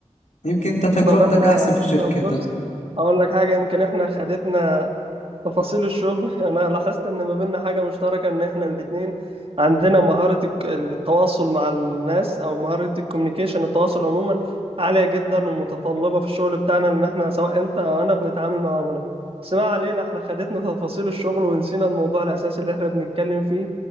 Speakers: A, on the left; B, on the right.
A: يمكن أنت تجربتك
B: طب احنا
A: أحسن في شركتك
B: طب بص اقول لك حاجة يمكن احنا خدتنا تفاصيل الشغل <laughs> انا لاحظت ان ما بيننا حاجه مشتركه ان احنا الاثنين عندنا مهاره الك- التواصل مع الناس او مهاره الكوميونيكيشن التواصل عموما عاليه جدا ومتطلبه في الشغل بتاعنا لان احنا سواء انت او انا بنتعامل مع عملاء بس ما علينا احنا خدتنا تفاصيل الشغل ونسينا الموضوع الاساسي اللي احنا بنتكلم فيه